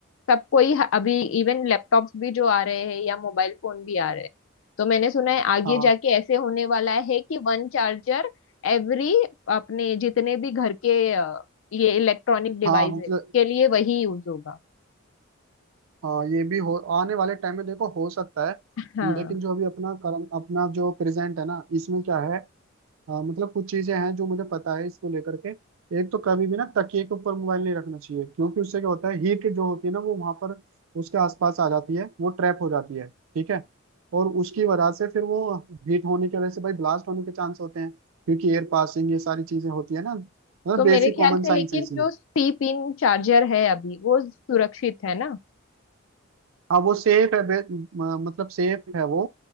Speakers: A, on the left; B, on the right.
A: सब कोई ह- अभी इवन लैपटॉप्स भी जो आ रहे हैं या मोबाइल फोन भी आ रहे हैं तो मैंने सुना है आगे
B: हाँ
A: जाके ऐसे होने वाला है कि वन चार्जर एवरी अपने जितने भी घर के अ, ये इलेक्ट्रॉनिक डिवाइस
B: हाँ मतलब
A: है के लिए वही यूज होगा
B: हाँ ये भी हो आने वाले टाइम में देखो हो सकता है
A: हाँ
B: लेकिन जो अभी अपना करंट अपना जो प्रेजेंट है ना इसमें क्या है हाँ मतलब कुछ चीजें हैं जो मुझे पता है इसको लेकर के एक तो कभी भी ना तकिए के ऊपर मोबाइल नहीं रखना चाहिए क्योंकि उससे क्या होता है हीट जो होती है ना वो वहां पर उसके आसपास आ जाती है वो ट्रैप हो जाती है ठीक है और उसकी वजह से फिर वो हीट होने की वजह से भाई ब्लास्ट होने के चांस होते हैं क्योंकि एयर पासिंग ये सारी चीजें होती है ना मतलब
A: तो
B: बेसिक
A: मेरे ख्याल
B: कॉमन
A: से
B: साइंस
A: लेकिन
B: है इसमें
A: जो सी पिन चार्जर है अभी वो सुरक्षित है ना
B: हाँ वो सेफ है बे- म- मतलब सेफ है वो